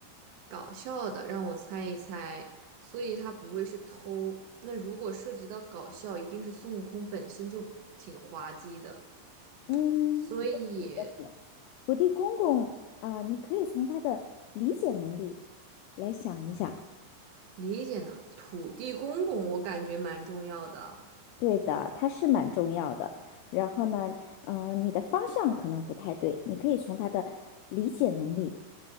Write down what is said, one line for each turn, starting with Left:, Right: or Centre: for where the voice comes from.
Right: 搞笑的，让我猜一猜，所以他不会是偷。那如果涉及到搞笑，一定是孙悟空本身就挺滑稽的，
Left: 嗯，
Right: 所以
Left: 也是一个点。土地公公，啊、你可以从他的理解能力来想一想。
Right: 理解能力，土地公公我感觉蛮重要的，
Left: 对的，他是蛮重要的。然后呢，嗯、你的方向可能不太对，你可以从他的理解能力